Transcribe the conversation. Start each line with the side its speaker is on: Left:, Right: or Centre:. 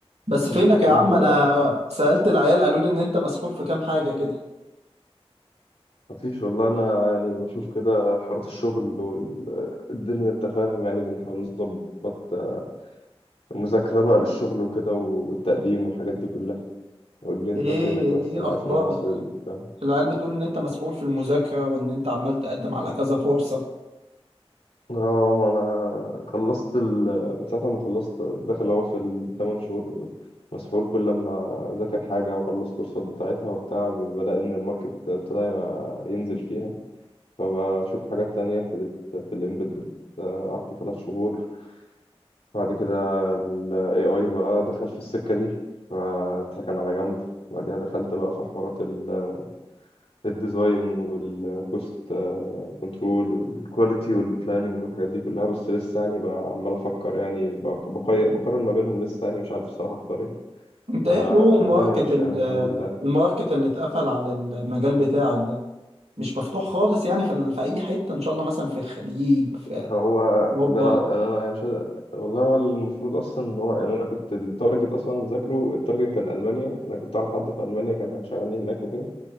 Right: بس فينك
Left: آه، قول
Right: يا عم
Left: لي
Right: انا
Left: بقى
Right: سألت العيال قالوا لي ان انت مسحول في كام حاجة كده
Left: مفيش والله انا يعني بشوف كده حوارات الشغل والدنيا انت فاهم يعني بنحاول نظبط آه، المذاكرة بقى للشغل وكده والتقديم والحاجات دي كلها قول لي انت
Right: ايه
Left: فينك
Right: ايه
Left: بس انا
Right: اخبارك
Left: عارف ان انا مسؤول وبتاع
Right: العيال بتقول ان انت مسحول في المذاكرة وان انت عمال تقدم على كذا فرصة
Left: اه ما انا خلصت ال... من ساعة ما خلصت داخل اهو في الثمان شهور مسحول كل ما اذاكر حاجة واخلص كورسات بتاعتها وبتاع بلاقي ان الماركت ابتدى ينزل فيها فبشوف حاجات تانية ابتديت في الامبيدد قعدت ثلاث شهور بعد كده ال AI بقى دخل في السكة دي فاتركن على جنب بعدها دخلت بقى في حوارات ال- الديزاين والكوست كنترول والكواليتي والبلاننج والحاجات دي كلها بس لسه يعني بقى عمال أفكر يعني بق- بقي- بقارن ما بينهم لسه يعني مش عارف الصراحة أختار إيه
Right: انت
Left: فالدنيا
Right: ايه حوار الماركت
Left: ماشية
Right: ال-
Left: يعني الحمد لله
Right: الماركت اللي اتقفل على المجال بتاعك ده مش مفتوح خالص يعني في, ال- في اي حتة ان شاء الله مثلا في الخليج في
Left: هو
Right: اوروبا
Left: ده أنا أنا أنا يعني مش عايز- والله هو المفروض أصلا إن هو يعني أنا كنت التارجت أصلا أنا بذاكره التارجت كان ألمانيا أنا كنت أعرف حد في ألمانيا كان هيشغلني هناك وكده